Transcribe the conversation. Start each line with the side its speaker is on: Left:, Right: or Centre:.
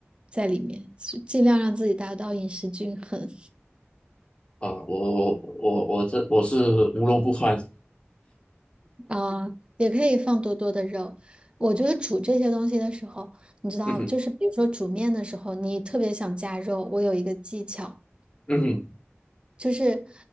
Right: 在里面，尽量让自己达到饮食均衡。
Left: 啊，我我我这我是无肉不欢。
Right: 啊，也可以放多多的肉。我觉得煮这些东西的时候，你知道，
Left: 嗯哼，
Right: 就是比如说煮面的时候，你特别想加肉，我有一个技巧，
Left: 嗯哼，
Right: 就是